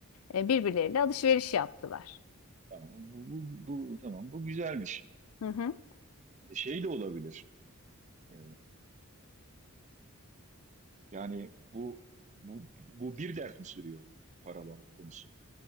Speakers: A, on the left; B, on the right.
A: E, Birbirleriyle alışveriş yaptılar.
B: Tamam bu, bu, bu tamam bu güzelmiş.
A: Hı hı.
B: E, şey de olabilir. E, Yani bu bu, bu bir dert mi sürüyor paralar konusu?